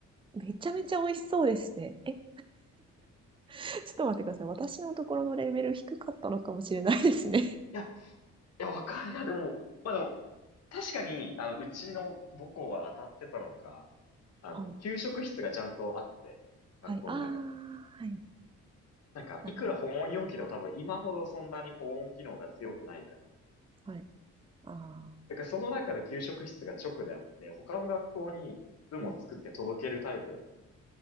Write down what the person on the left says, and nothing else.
や、いや、わかんない。いや、でも、まあでも、確かに、あの、うちの母校は当たってたのか、あの、
給食室がちゃんとあって、
学校の中に。
なんか、
いくら保温容器でも多分今ほどそんなに保温機能が強くないから、
だからその中で給食室が直であって、他の学校に部も作って届けるタイプだった。